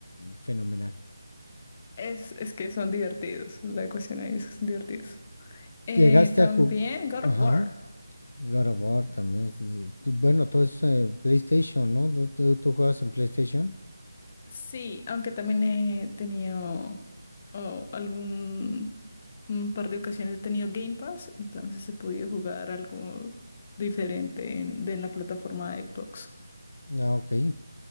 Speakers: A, on the left; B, on the left.
A: fenomenal.
B: es, es que son divertidos. La ecuación ahí es que son divertidos. Eh,
A: Llegaste
B: también
A: a jugar...
B: God
A: Ajá.
B: of War.
A: God of War también. es- Bueno, todo es eh, PlayStation, ¿no? ¿Tú, tú- tú juegas en PlayStation?
B: Sí, aunque también he tenido o algún un par de ocasiones he tenido Game Pass, entonces he podido jugar algo diferente en, de la plataforma de Xbox.
A: Ah, ok.